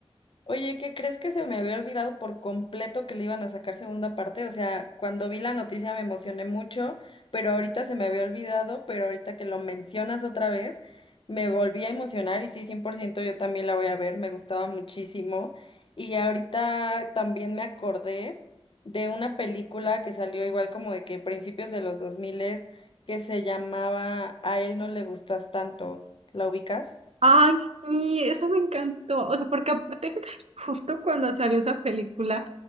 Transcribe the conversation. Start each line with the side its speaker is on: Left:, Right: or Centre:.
Left: Oye, ¿qué crees que se me había olvidado por completo que le iban a sacar segunda parte? O sea, cuando vi la noticia me emocioné mucho, pero ahorita se me había olvidado, pero ahorita que lo mencionas otra vez, me volví a emocionar y sí, 100%, yo también la voy a ver, me gustaba muchísimo. Y ahorita también me acordé de una película que salió igual como de que principios de los 2000 que se llamaba A él no le gustas tanto. ¿La ubicas?
Right: Ay, sí, esa me encantó. O sea, porque aparte, <laughs> justo cuando salió esa película,